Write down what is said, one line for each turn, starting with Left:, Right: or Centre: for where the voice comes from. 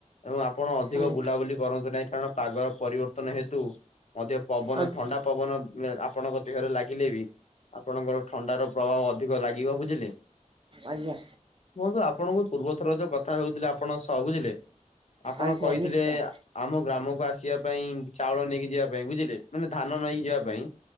Left: ଏବଂ ଆପଣ ଅଧିକ
Right: ଆଜ୍ଞା
Left: ବୁଲାବୁଲି କରନ୍ତୁ ନାହିଁ । <unintelligible> ପାଗର ପରିବର୍ତ୍ତନ ହେତୁ ମଧ୍ୟ ପବନ
Right: ଆଜ୍ଞା
Left: ଥଣ୍ଡା ପବନ ଆପଣଙ୍କ ଦେହରେ ଲାଗିଲେ ବି ଆପଣଙ୍କର ଥଣ୍ଡାର ପ୍ରଭାବ ଅଧିକ ଲାଗିବ ବୁଝିଲେ?
Right: ଆଜ୍ଞା
Left: ବନ୍ଧୁ ଆପଣଙ୍କୁ ପୂର୍ବ ଥର ଯୋଉ କଥା ହଉଥିଲେ ଆପଣଙ୍କ ସହ ବୁଝିଲେ? ଆପଣ
Right: ଆଜ୍ଞା
Left: କହିଥିଲେ
Right: ନିଶ୍ଚୟ
Left: ଆମ ଗ୍ରାମକୁ ଆସିବା ପାଇଁ, ଚାଉଳ ନେଇକି ଯିବା ପାଇଁ ବୁଝିଲେ, ମାନେ ଧାନ ନେଇକି ଯିବା ପାଇଁ